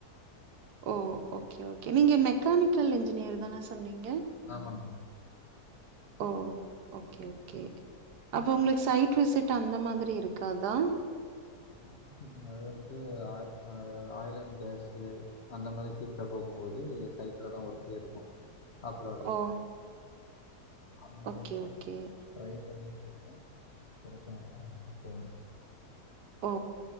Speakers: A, on the right; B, on the left.
A: ஓ ஓகே ஓகே நீங்க மெக்கானிக்கல் இன்ஜினயர் தானே சொன்னீங்க
B: ஆமா மே
A: ஓ ஓகே ஓகே அப்போ உங்களுக்கு சைட் விசிட் அந்த மாதிரி இருக்காதா
B: ம் ம் அது வந்துட்டு ஆ ஆ ஆய்ல் அன் கேஸ்சு அந்த மாரி ஃபீல்ட்ல போகும்போது சைட்லதா ஒர்க்கே இருக்கு அப்ராடுல
A: ஓ
B: அது வந்துங்க
A: ஓகே ஓகே
B: ட்ரை பண்ணிட்டு இருக்கே கெடைச்சவுனே போணு
A: ஓ